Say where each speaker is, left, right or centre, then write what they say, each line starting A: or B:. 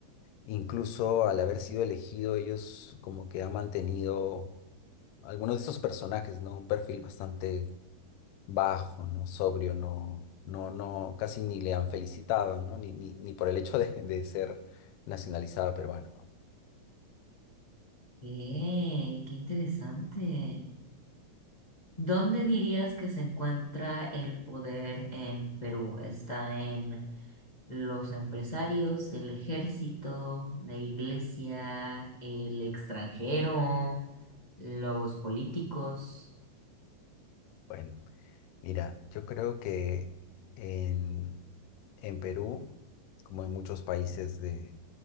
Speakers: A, on the left (about 80°); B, on the left (about 55°).
A: Incluso al haber sido elegido, ellos como que han mantenido algunos de esos personajes, ¿no? Un perfil bastante bajo, ¿no? Sobrio, no, no, no, casi ni le han felicitado, ¿no? Ni, ni, ni por el hecho de, de ser nacionalizada peruana, ¿no?
B: ¡Eh! ¡Qué interesante! ¿Dónde dirías que se encuentra el poder en Perú? ¿Está en los empresarios, el ejército, la iglesia, el extranjero, los políticos?
A: Bueno. Mira, yo creo que en, en Perú, como en muchos países de,